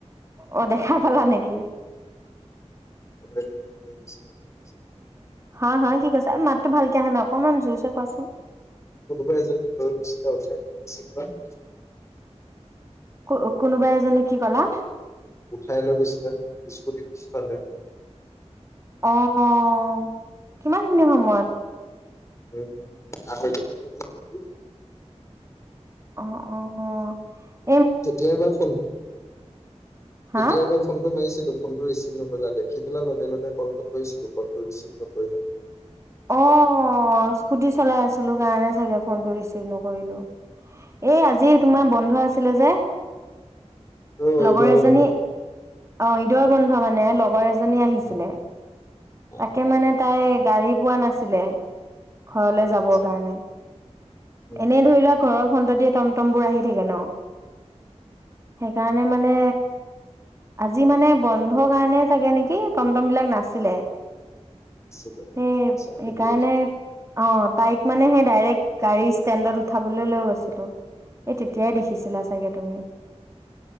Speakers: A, on the right (about 25°); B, on the left (about 25°).
A: অ' দেখা পালা নেকি?
B: <unintelligible>
A: হা-হা কি কৈছা মাতটো ভাল কে অহা নাই অকণমান জুৰছে কোৱাছোন।
B: <unintelligible>
A: কু-কোনোবা এজনীক কি ক'লা।
B: উঠাই লৈ গৈছিলা স্কুটিৰ পিছফালে।
A: অ'-অ' কিমানখিনি সময়ত।
B: এই আঢ়ৈটা মান বজাত নেকি।
A: অ'-অ'-অ'।
B: তেতিয়াই এবাৰ ফোন,
A: হা
B: তেতিয়াই এবাৰ ফোনটো মাৰিছিলোঁ। ফোনটো ৰিছিভ নকৰিলা দেখি পেলাই লগে লগে ক'লটো কৰিছিলো ক'লটো ৰিছিভ নকৰিলা।
A: অ' অ' স্কুটি চলাই আছিলোঁ কাৰণে চাগে ফোনটো ৰিছিভ নকৰিলোঁ। এই আজি তোমাৰ বন্ধ আছিলে যে।
B: অ'
A: লগৰ
B: ঈদৰ
A: এজনী
B: বন্ধ।
A: অ' ঈদৰ বন্ধ মানে লগৰ এজনী। এজনী আহিছিলে
B: উম অ
A: তাকে মানে তাই। গাড়ী। পোৱা নাছিলে। ঘৰলে
B: আচ্ছা
A: যাবৰ কাৰণে
B: উম
A: এনেই ধৰি লোৱা ঘৰৰ। ফ্ৰণ্ট দিয়ে টম টম বোৰ আহি থাকে ন সেইকাৰণে মানে আজি মানে বন্ধ কাৰণে চাগে নেকি টম টম বিলাক নাছিলে।
B: <unintelligible>
A: সেই
B: আতচা
A: সেইকাৰণে
B: হেইটো কথা।
A: অ' তাইক মানে সেই ডাইৰেক্ট গাড়ী ষ্টেণ্ডত উঠাবলৈ লৈ গৈছিলো এই তেতিয়াই দেখিছিলা চাগে তুমি।